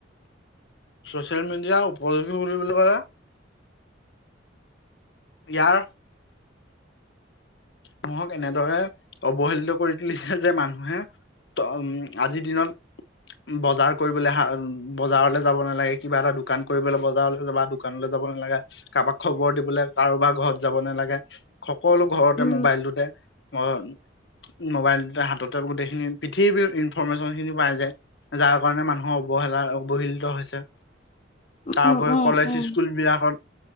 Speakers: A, on the left; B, on the left.
A: চচিয়েল মিডিয়া উপযোগী বুলি বুলি ক'লে ইয়াৰ মানুহক এনেদৰে অৱহেলিত কৰি তুলিছে যে মানুহে তম আজিৰ দিনত বজাৰ কৰিবলৈ হা, বজাৰলে যাব নালাগে। কিবা এটা দোকান কৰিবলৈ বজাৰলৈ যাবা দোকানলৈ যাব নালাগে, কাবাক খবৰ দিবলে কাৰোবাৰ ঘৰত যাব নালাগে, সকলো ঘৰত
B: উম উম
A: লোটে ম-ম'বাইল দুটা হাতত গোটেইখিনি পৃথিৱীৰ ইনফৰমেশ্যনখিনি পাই যায় যাৰ কাৰণে মানুহৰ অৱহেলা অৱহিলিত হৈছে। তাৰ
B: উম
A: উপৰি
B: উম
A: কলেজ,
B: উম
A: স্কুলবিলাকত